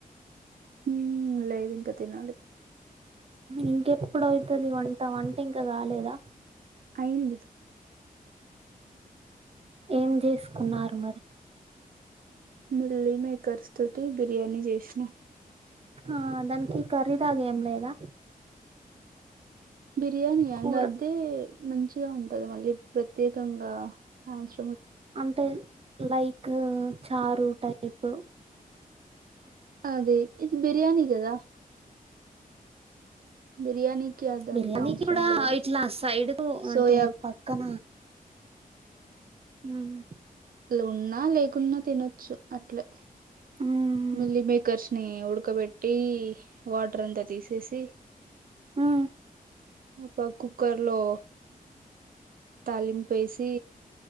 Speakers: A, on the right; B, on the right.
A: మ్మ్ లేదు ఇంకా తినాలి
B: ఇంకెప్పుడువుతది వంట వంట ఇంకా గాలేదా
A: అయింది
B: ఏం చేసుకున్నారు మరి
A: మిక్ మీల్ మేకర్స్ తోటి బిర్యానీ జేసిన
B: హా దానికి కర్రీలాగ ఏం లేదా
A: బిర్యానీ
B: కూర
A: ఎంగద్దే మంచి ఉంటది మళ్ళీ ప్రత్యేకంగా ఆవాస్
B: అంటే లైక్ చారు టైపు
A: అదీ ఇది బిర్యానీ గదా బిర్యానీకి అదంతా
B: బిర్యానీ
A: అవసరం
B: కూడా
A: లేదు
B: ఇట్లా సైడ్ కు
A: సోయా
B: అంటే పక్కన మ్మ్
A: ఉన్న లేకున్నా తినొచ్చు అట్లే
B: మ్మ్
A: మిల్లి మేకర్స్ ని ఉడక బెట్ టీ వాటర్ అంతా తీసేసి
B: హ్మ
A: ఒక కుక్కర్ లో తాలింపు ఏసి